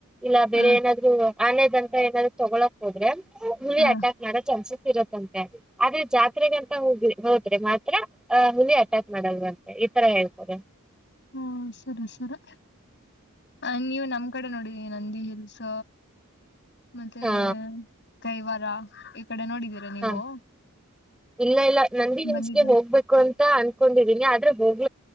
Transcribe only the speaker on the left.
ಹಾ
ಹಾ
ಹ್ಮ ಸರಿ ಸರಿ ಹ ನೀವು ನಮ್ ಕಡೆ ನೋಡ ನಂದಿ ಹಿಲ್ಸ್ ಮತ್ತೆ
ಕೈವಾರ ಕಡೆ ನೋಡಿದೀರಾ ನೀವು
ಬಂದಿದ್ದು